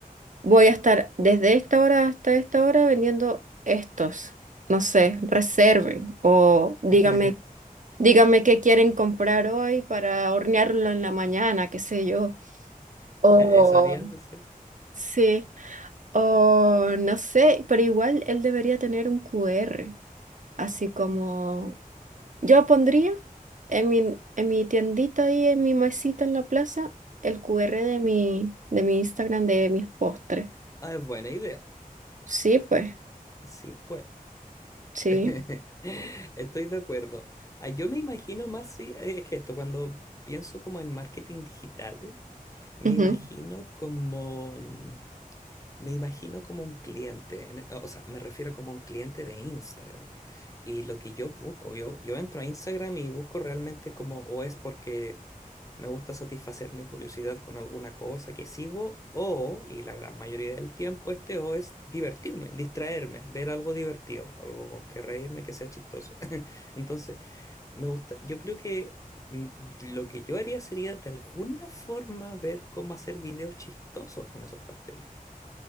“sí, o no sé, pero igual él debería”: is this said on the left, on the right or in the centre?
Right